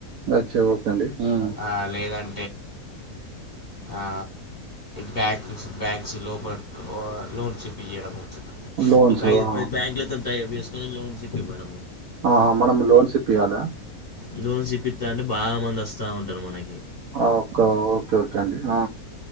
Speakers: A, on the right; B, on the left.
A: అచ్చ ఓకే అండి ఉమ్.
B: ఆ లేదం ఆ బ్యాంక్స్ బ్యాంక్స్ లోప లోన్ చెప్పయడము.
A: లోన్స్
B: పైదు
A: ఆ,
B: పైవ్ బ్యాంకులతో టైేఅప్ ఏసుకుని లోన్స్ ఇప్పివ్వడం.
A: ఆహా మనం లోన్స్ ఇప్పియాలా?
B: ఎదో చెప్పిందానికి బా మంద్స్తా ఉంటారు మనకి.
A: ఒ ఓకే ఓకే కే అండి ఆ